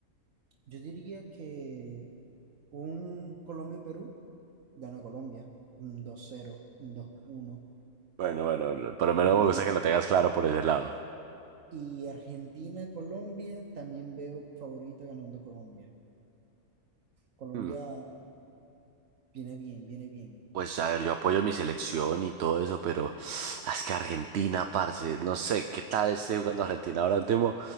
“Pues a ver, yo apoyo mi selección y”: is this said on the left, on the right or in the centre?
Right